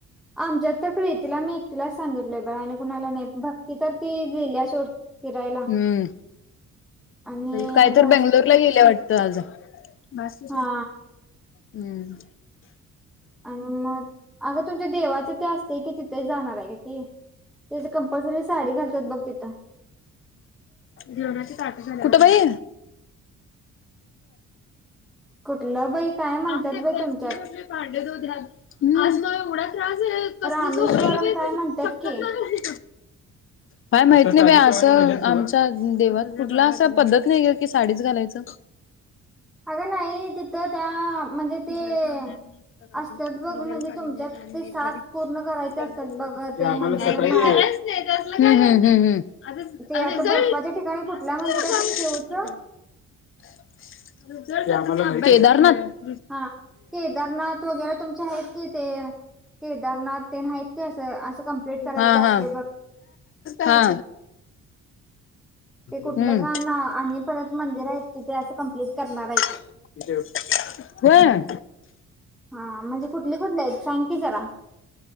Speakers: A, in the centre; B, on the left.
A: आमच्यात तर प्रेतीला मी एकटीलाच सांगितलय बर आणि कुणाला नाही भक्ती तर ती गेली सोड फिरायला
B: हम्म
A: आणि
B: काय तर
A: भसते
B: बंगलोर ला गेलं वाटतं आज बसस
A: हा
B: हम्म
A: आणि मग अगं तुमच्या देवाचे ते असते कि ति ते जाणार आहे का त त्या कंपल्री साडी घालतात बघ तिथं.
B: जेवणा कुठ बाई.
A: कुठलं बाई? काय म्हणतात
B: का
A: बाई तुमच्यात
B: पांडे द द्या म न उडा कसच
A: रामेश्वरम
B: पाहिज
A: काय म्हणतात
B: शक
A: की
B: नाही काय माहित नाही बा असं आमच्या देवात कुठला असं पद्धत नाही की साडीच घालायचं.
A: अगं नाही तिथं- त्या
B: लागणारग-
A: म्हणजे ते असतात बघ म्हणजे तुमच्यात ते सात पूर्ण करायचे असतात बघ
B: रझ
A: ते म्हणजे महा ते आता बर्फाच्या ठिकाणी कुठल्या
B: केदारनाथ
A: मंदिर आहे ते शिवचं हा केदारनाथ वगैरे तुमचे आहेत कि ते केदारनाथ तेत कि अस असं कंप्लीट करायच
B: हा हा
A: असते बघ
B: हा
A: ते कुठलं
B: हम्म
A: गा न आणि परत मंदिर आहेत की ते असं कंप्लीट करणार आहेत.
B: <inaudible> होय <inaudible> <inaudible>
A: हा म्हणजे कुठली कुठली आहेत सांग की जरा